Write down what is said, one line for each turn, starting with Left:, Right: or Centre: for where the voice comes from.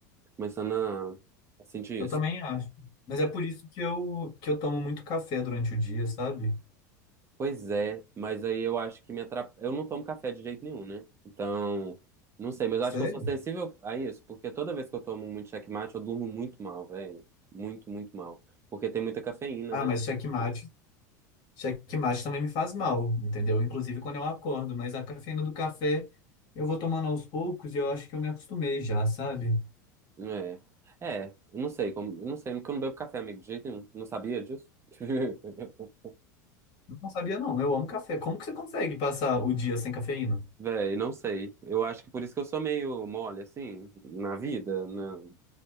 Right: Começando a, a sentir
Left: Eu
Right: isso.
Left: também acho. Mas é por isso que eu, que eu tomo muito café durante o dia, sabe?
Right: Pois é, mas aí eu acho que me atrapalha. Eu não tomo café de jeito nenhum, né? Então, não sei, mas
Left: Sério?
Right: eu acho que eu sou sensível a isso, porque toda vez que eu tomo muito checkmate, eu durmo muito mal, velho. Muito, muito mal. Porque tem muita cafeína,
Left: Ah,
Right: né?
Left: mas checkmate, checkmate também me faz mal, entendeu? Inclusive quando eu acordo, mas a cafeína do café eu vou tomando aos poucos e eu acho que eu me acostumei já, sabe?
Right: É. É, eu não sei como. Eu não sei, porque eu não bebo café, amigo, de jeito nenhum. Não sabia disso? <laughs>
Left: Não sabia não, eu amo café. Como que você consegue passar o dia sem cafeína?
Right: Véi, não sei. Eu acho que por isso que eu sou meio mole, assim, na vida, na...